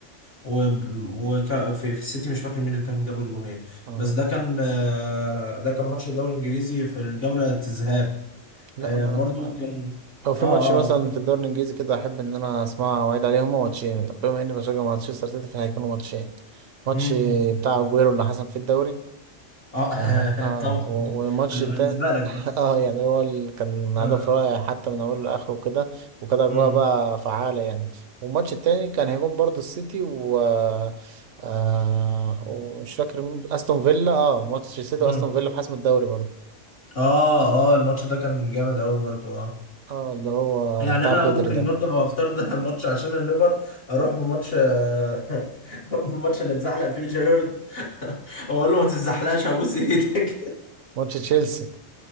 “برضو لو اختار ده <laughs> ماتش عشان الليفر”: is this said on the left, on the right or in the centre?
Left